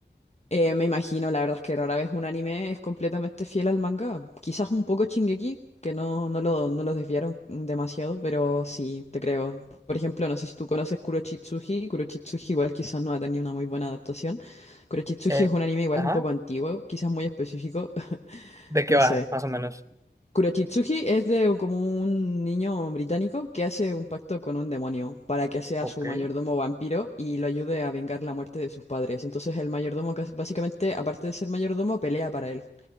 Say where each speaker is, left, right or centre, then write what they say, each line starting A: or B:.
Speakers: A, on the left; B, on the right.
A: Eh, me imagino, la verdad es que rara vez un anime es completamente fiel al manga. Quizás un poco Shingeki, que no, no lo, no lo desviaron demasiado, pero sí, te creo. Por ejemplo, no sé si tú conoces Kurochitsuji. Kurochitsuji igual quizás no ha tenido una muy buena adaptación. Kurochitsuji
B: Eh,
A: es un anime igual
B: ajá,
A: un poco antiguo, quizás muy específico, <laughs>
B: ¿De qué
A: no
B: va,
A: sé.
B: más o menos?
A: Kurochitsuji es de como un niño británico que hace un pacto con un demonio para que sea
B: ok,
A: su mayordomo vampiro y lo ayude a vengar la muerte de sus padres. Entonces el mayordomo cas- básicamente, aparte de ser mayordomo, pelea para él.